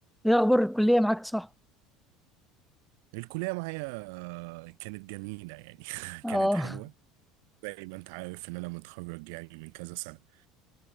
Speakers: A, in the centre; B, on the right.
A: ايه اخبار الكليه معاك صح
B: الكلية معايا آه، كانت جميلة يعني <laughs>
A: اه
B: كانت حلوة زي ما انت عارف ان انا متخرج يعني من كذا سنة